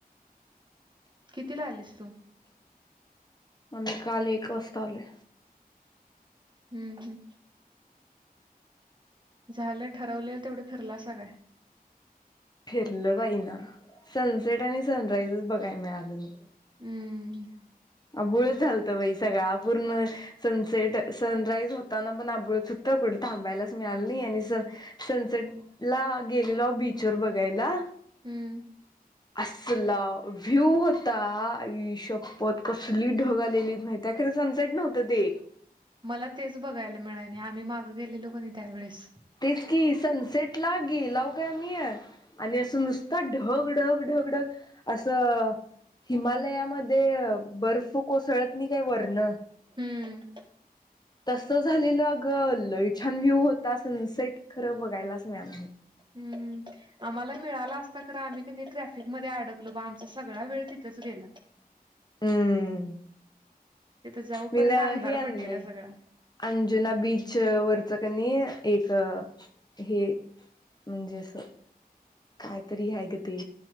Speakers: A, on the right; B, on the left.
A: कितीला आलीस तू?
B: उमं, काल एक वास्ता आले
A: हम्म हम्म झालं? ठरवलेल तेवढं फिरलासा काय?
B: फिरलं बाई ना, सनसेट आणि सनरायजच बघाय मिळालं नाही
A: हम्म
B: अबुळच झालतं बाई सगळा, अपूर्ण सनसेट, सनराईज होताना पण आबुळच होटत कुठे थांबायलाच मिळाल नाही आणि स सनसेट ला गेलेलो बीच वर बघायला.
A: हम्म.
B: असला व्ह्यू होता आईशप्पत. कसली ढग आलेली माहिती खरं सनसेट नव्हतं ते.
A: मला तेच बघायला मिळाय नाया आम्ही मागं गेलेलोकणी त्यावेेळेस.
B: तेच कि सनसेट ला गेलव काय मी या आणि असं नुसत ढग -ढग- ढग. ढग असं. हिमालयामध्ये बर्फ कोसळत नाही काय वरण
A: हम्म.
B: तस झालेलं अग! लई छान व्ह्यू होता. सनसेट खरं बघायलाच मिळाल नाय.
A: हम्म आम्हाला मिळाला अस त खर आम्ही कनी ट्रॅफिक मध्ये अडकलो बा आमचा सगळा वेळ तिथंच गेला.
B: हम्म.
A: तिथं जाऊपर्यंत
B: मीना
A: अंधार
B: हे आणलंय
A: पडलेला सगळा
B: अंजुना बीच वर कनी एक हे म्हणजे अस कायतरी हाय ग ते.